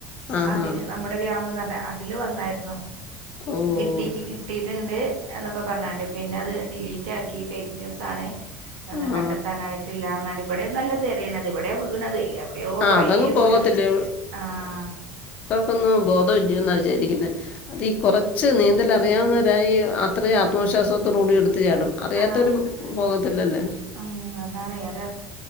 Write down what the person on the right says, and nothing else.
അതിന് നമ്മുടെ ഗ്രാമം തന്നെ അതില് വന്നായിരുന്നു
കിട്ടി കിട്ടിയിട്ടുണ്ട് എന്നൊക്കെ പറഞ്ഞങ്ങാണ്ട് പിന്നെ അത് ഡിലീറ്റ ആക്കി ഫേക്ക് ന്യൂസ് ആണ്
ന്നാ കണ്ടെത്താനായിട്ടില്ലാന്നാലും ഇവിടെയ നല്ല തിരയണത് ഇവിടെയോ വീണത് എവിടെയോ
കൊറ
ദൂര
ആഹ
അതെ
ഉം അതാണ് രാ